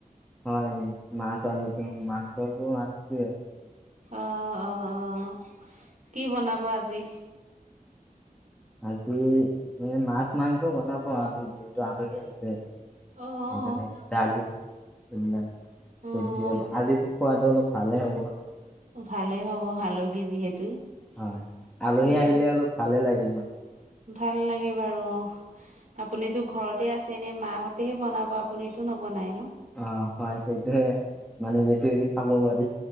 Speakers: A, in the centre; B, on the right.
A: হয়, মাছ আনিছো মাংসটো আনিছোৱেই।
B: অ'-অ'-অ'-অ' কি বনাব আজি?
A: আজি এ মাছ, মাংস বনাব আলহী যিহেতু আলহী আহিছে।
B: অ',
A: সেইকাৰণে ডালি এইবিলাক,
B: অ',
A: চবজি অলপ আজিতো খোৱাটো অলপ ভালে হ'ব।
B: ভালেই হ'ব আলহী যিহেতু।
A: হয়, আলহী
B: অ',
A: আহিলে অলপ ভালে লাগে মানে।
B: ভাল লাগে বাৰু অ', আপুনিতো ঘৰতে আছে এনে, মাহঁতেহে বনাব আপুনিটো নবনাই ন?
A: অ' হয়, সেইটোহে মানে বেছি বেছি খাব পাৰি।